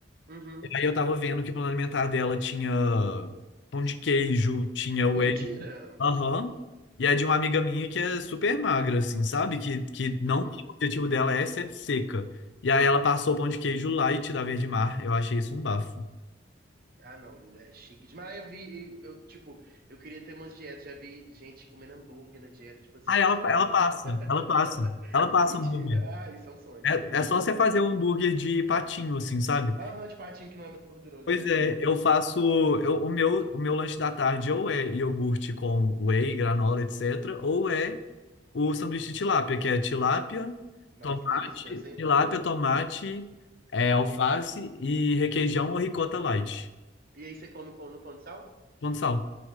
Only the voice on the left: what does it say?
E aí eu tava vendo que o plano alimentar dela tinha pão de queijo, tinha whey
Aham. E é de uma amiga minha que é super magra, assim, sabe? Que, que não,
que o objetivo dela é ser seca. E aí ela passou o pão de queijo lá e tira verde mar. Eu achei isso um bafo.
Ah, ela,
ela
passa, ela passa,
ela passa
hambúrguer.
É,
é só
você
fazer
o hambúrguer de patinho, assim, sabe?
Pois
é,
eu faço eu- o meu o meu lanche da tarde ou é iogurte com whey, granola, etc, ou é o sanduíche de tilápia, que é tilápia, tomate,
tilápia, tomate, é, alface e requeijão ou ricota light,
plano sal.